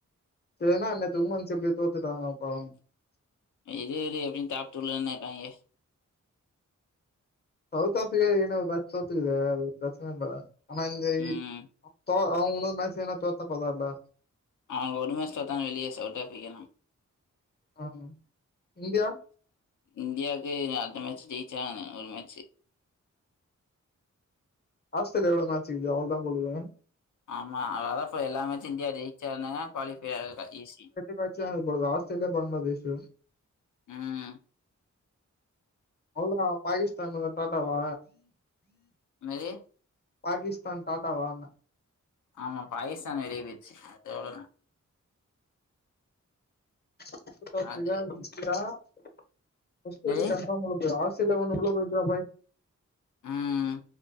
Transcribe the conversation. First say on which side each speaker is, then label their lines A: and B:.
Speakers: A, on the left; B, on the left.
A: சேரினா நேத்து உமன்ஸ் எப்பிடிய தோத்துட்டாங்க பாவு
B: இரு இரு எப்பிடி டாப் டூலதான இருக்காயிங்க
A: சவுத் ஆஃப்ரிக்கா ஏனோ பேச் தோத்துக்குது பிரச்சன இல்ல ஆனா இந்த
B: ம்
A: த்தோ அவுங்குனு மேட்ச் எதுனா தோத்தா பத்தால்ல
B: அவ ஒடுமேட்ச் தோத்தாங்க வெளியே சவுத்தா ஆஃபிரிக்காலா
A: ஆ இந்தியா
B: இந்தியாக்கு அடுத்த மேட்ச் ஜெயச்சா ஒரு மேட்ச்
A: ஆஸ்தேலியா எவ்ளோ மேட்ச் இக்குது அவளதா போலியே
B: ஆமா அதா எல்லாமே இந்தியா ஜெயிச்சான்ன குவாலிஃபை ஆக்க ஈசி
A: மேட்ச் தான் இப்பொழுது ஆஸ்திரேலியா, பங்களாதேஷ்.
B: ம்
A: அவ்ளா பாகிஸ்தான் டாட்டவா
B: என்னது
A: பாகிஸ்தான் டாட்டாவான்ன
B: ஆமா பாக்கிஸான் வெளிய போயிச்சி அது அவ்ளோதா
A: சவுத் ஆஃப்பிரிக்கா
B: அது
A: இந்தியா <unintelligible>
B: என்னது
A: சில ஒன்னு எவ்ளோ போ ப்
B: ம்